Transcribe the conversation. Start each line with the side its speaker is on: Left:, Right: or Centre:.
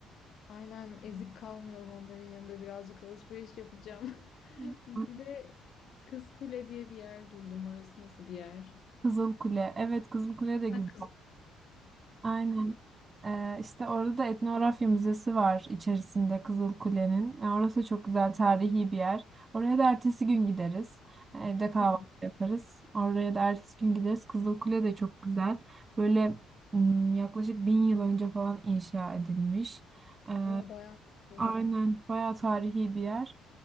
Left: Aynen ezik kalmayalım onların yanında birazcık alışveriş yapacağım. <laughs>
Right: <laughs>
Left: Bir de kızkule diye bir yer duydum. Orası nasıl bir yer?
Right: Kızıl Kule. Evet Kızıl Kule de güzel.
Left: Ha Kız
Right: Aynen. Ee, işte orada da etnografya müzesi var içerisinde Kızılkule'nin. Ee, orası çok güzel tarihi bir yer. Oraya da ertesi gün gideriz. Ee, Evde kahvaltı
Left: Tamam.
Right: yaparız. Oraya da ertesi gün gideriz. Kızılkule de çok güzel. Böyle m, yaklaşık bin yıl önce falan inşa edilmiş. Ee,
Left: O bayağı eski.
Right: aynen bayağı tarihi bir yer.